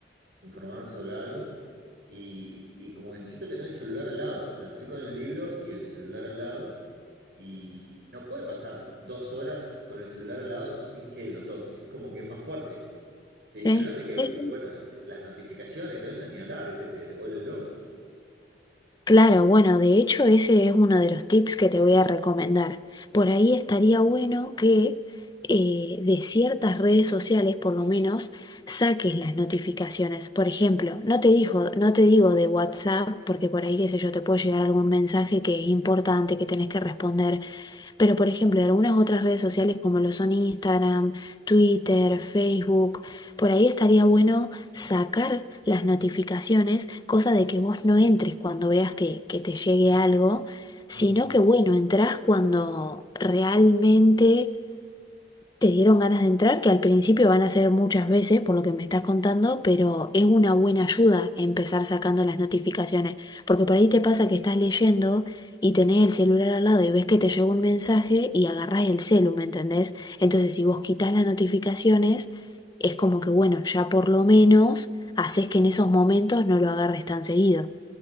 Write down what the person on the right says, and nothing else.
informarme sobre algo Y, y como que necesito tener el celular al lado, o sea, estoy con el libro y el celular al lado, y no puede pasar dos horas con el celular al lado sin que lo toque, es como que es más fuerte. Este,
ni hablar de que,
bueno, las notificaciones y todo eso, ni hablar, ¿viste? Te, te vuelven loco.
Ujú.